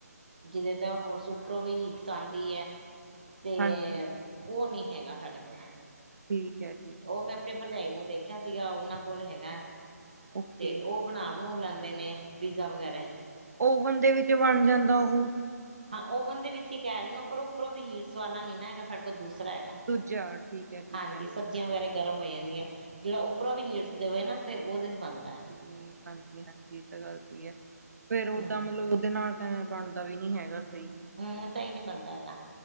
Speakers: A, on the right; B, on the right.
A: ਜੀਦੇ ਤਾਂ ਹੋਰਸ ਉੱਪਰੋਂ ਵੀ ਹੀਟਸ ਆਂਦੀ ਐ। ਤੇ,
B: ਹਾਂਜੀ
A: ਓ ਨੀ ਹੈਗਾ ਸਾਡੇ ਕੋਲ।
B: ਠੀਕ ਐ।
A: ਓ ਮੈਂ ਆਪਣੀ ਭਰਜਾਈ ਨੂੰ ਦੇਖਿਆ ਸੀਗਾ, ਓਨਾਂ ਕੋਲ ਹੈਗਾ
B: ਓਕੇ
A: ਤੇ ਓ ਬਣਾ ਬਣ‌ਊ ਲੈਂਦੇ ਨੇ, ਪੀਜ਼ਾ ਵਗੈਰੇ।
B: ਓਵਨ ਦੇ ਵਿੱਚ ਬਣ ਜਾਂਦਾ ਉਹ।
A: ਹਾਂ ਓਵਨ ਦੇ ਵਿੱਚ ਈ ਕੈ ਰੀ ਆਂ, ਪਰ ਉੱਪਰੋਂ ਦੀ ਹੀਟਸ ਵਾਲਾ ਨੀ ਨਾ ਹੈਗਾ ਸਾਡੇ ਕੋਲ ਦੂਸਰਾ ਹੈਗਾ।
B: ਦੂਜਾ ਠੀਕ ਐ, ਠੀਕ
A: ਹਾਂਜੀ
B: ਐ।
A: ਸਬਜ਼ੀਆਂ ਵਗੈਰਾ ਗਰਮ ਹੋ ਜਾਂਦੀਆਂ, ਜੜਾ ਉੱਪਰੋਂ ਵੀ ਹੀਟਸ ਦਵੇ ਨਾ ਫੇਰ ਓਦੇ 'ਚ ਬਣਦਾ।
B: <unintelligible> ਫੇਰ ਓਦਾਂ
A: ਹਮ
B: ਮਤਲਬ ਓਦੇ ਨਾਲ ਤੇ ਐਵੇਂ ਬਣਦਾ ਵੀ ਨੀ ਹੈਗਾ ਸ‌ਈ।
A: ਹਾਂ ਸ‌ਈ ਨੀ ਬਣਦਾ ਹੈਗਾ।